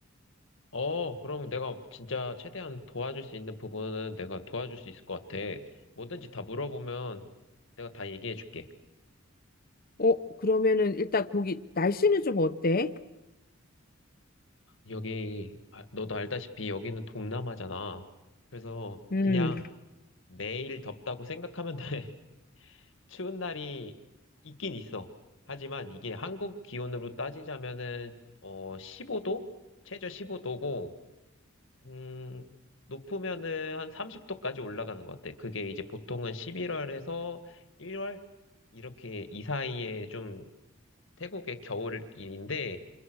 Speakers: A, on the left (about 65°); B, on the left (about 45°).
A: 어, 그럼 내가 진짜 최대한 도와줄 수 있는 부분은 내가 도와줄 수 있을 것 같아. 뭐든지 다 물어보면 내가 다 얘기해 줄게.
B: 어, 그러면은 일단 거기 날씨는 좀 어때?
A: 여기, 아, 너도 알다시피 여기는 동남아잖아. 그래서
B: 음,
A: 그냥 매일 덥다고 생각하면 돼. <laughs> 추운 날이 있긴 있어. 하지만 이게 한국 기온으로 따지자면은, 어, 15도? 최저 15도고, 음, 높으면은 한 30도까지 올라가는 것 같아. 그게 이제 보통은 11월에서 1월? 이렇게 이 사이에 좀 태국의 겨울인데,